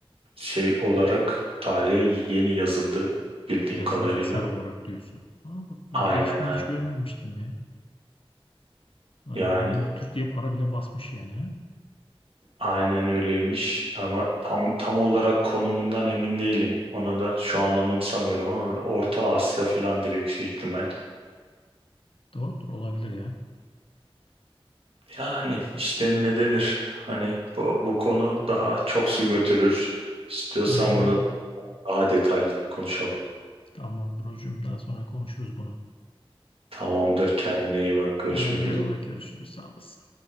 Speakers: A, on the right; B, on the left.
A: şey olarak tarihe yeni yazıldı bildiğim
B: Yazılı
A: kadarıyla.
B: eser olarak diyorsun. Ama bak, bu
A: Aynen
B: gelişmeyi
A: aynen.
B: hiç görmemiştim ya. Vay
A: Yani
B: be, Adamlar Türk diye para bile basmış yani. ha.
A: aynen öyleymiş ama tam tam olarak konumundan emin değilim. Ona da şu an anımsamıyorum ama Orta Asya filandır yüksek ihtimal.
B: Doğrudur olabilir ya.
A: Yani işte ne denir? Hani bu, bu konu daha çok su götürür. İstiyorsan
B: Aynen
A: bunu
B: öyle.
A: daha detaylıca konuşalım.
B: Tamam brocum daha sonra konuşuruz bunu.
A: Tamamdır. Kendine iyi bak. Görüşmek
B: Hadi eyvallah
A: üzere.
B: görüşürüz sağ olasın.